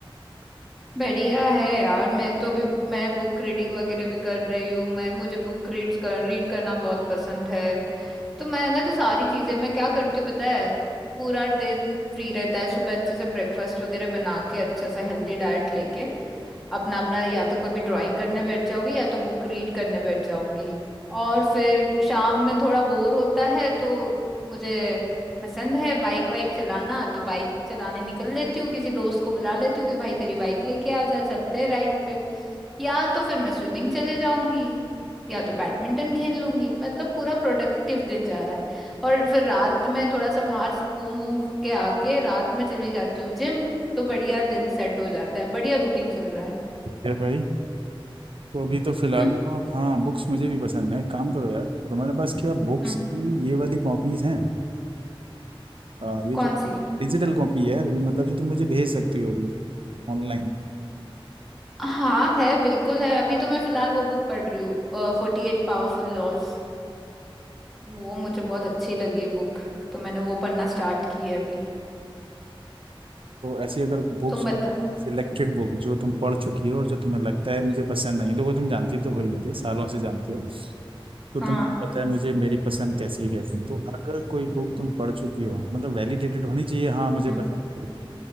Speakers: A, in the centre; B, on the right (about 70°).
A: बढ़िया है यार मैं तो अभी मैं बुक रीडिंग वगैरह भी कर रही हूँ मैं मुझे बुक रीड कर रीड करना बहुत पसंद है तो मैंने तो सारी चीजें मैं क्या करती हूँ पता है पूरा दिन फ्री रहता है सुबह अच्छे से ब्रेकफास्ट वगैरह बना के अच्छा सा हेल्दी डाइट लेके अपना अपना या तो कभी ड्राइंग करने बैठ जाऊंगी या तो बुक रीड करने बैठ जाऊंगी और फिर शाम में थोड़ा बोर होता है तो मुझे पसंद है बाइक वाइक चलाना तो बाइक चलाने निकल लेती हूँ किसी दोस्त को बुला लेती हूँ कि भाई तेरी बाइक लेके आ जा चलते हैं राइड पे या तो फिर मैं स्विमिंग चले जाऊंगी या तो बैडमिंटन खेल लूंगी मतलब पूरा प्रोडक्टिव दिन जा रहा है और फिर रात में थोड़ा सा बाहर से घूम घूम के आके रात में चली जाती हूँ जिम तो बढ़िया दिन सेट हो जाता है बढ़िया रूटीन चल रहा है
B: फिर भाई तो अभी तो फिलहाल
A: हम्म
B: तो हाँ बुक्स मुझे भी पसंद है काम करो यार तुम्हारे पास क्या बुक्स
A: हम्म
B: की ये वाली कॉपीज हैं आ, ये जो
A: कौन सी
B: डिजिटल कॉपी है यार ये मतलब जो तुम मुझे भेज सकती हो अभी ऑनलाइन
A: हाँ है बिल्कुल है अभी तो मैं फिलहाल वो बुक पढ़ रही हूँ फोर्टी एट पावरफुल लॉज वो मुझे बहुत अच्छी लगी बुक तो मैंने वो पढ़ना स्टार्ट की है अभी
B: तो ऐसी अगर बुक्स
A: तुम बताओ
B: सिलेक्टेड बुक जो तुम पढ़ चुकी हो और जो तुम्हें लगता है मुझे पसंद नहीं देखो तुम जानती तो हो ही मुझे सालों से जानती हो तो तुम
A: हाँ
B: पता है मुझे मेरी पसंद कैसी है कैसी नहीं। तो अगर कोई बुक तुम पढ़ चुकी हो मतलब वैलिडेटेड होनी चाहिए हाँ मुझे
A: हम्म
B: पसंद है